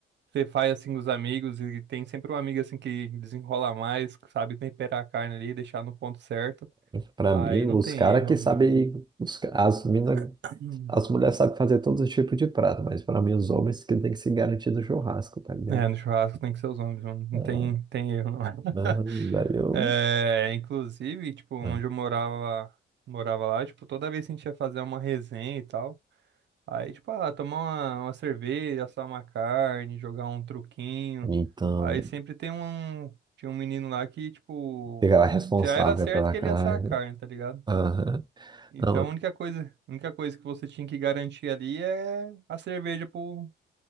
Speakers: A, on the right; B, on the right.
A: você faz assim com os amigos e tem sempre um amigo assim que desenrola mais, que sabe temperar a carne ali, deixar no ponto certo.
B: Pra
A: Aí
B: mim, os
A: não tem
B: caras
A: erro,
B: que
A: meu
B: sabem,
A: amigo.
B: os ca- as mina,
A: <clears throat>
B: as mulheres sabem fazer todos os tipos de prato, mas pra mim, os homens que tem que se garantir no churrasco, tá ligado?
A: É, no churrasco tem que ser os homens, mano. Não
B: É,
A: tem, tem erro, não. <laughs>
B: ah, daí eu.
A: É, inclusive, tipo, onde
B: é.
A: eu morava, morava lá, tipo, toda vez que a gente ia fazer uma resenha e tal, aí, tipo, ah, tomar uma, uma cerveja, assar uma carne, jogar um truquinho.
B: Então,
A: Aí
B: né,
A: sempre tem um, tinha um menino lá que, tipo,
B: fica lá responsável
A: já era certo
B: pela
A: que
B: carne.
A: ele ia assar a carne, tá ligado?
B: Aham.
A: Então
B: Não,
A: a única coisa, a única coisa que você tinha que garantir ali é a cerveja pro,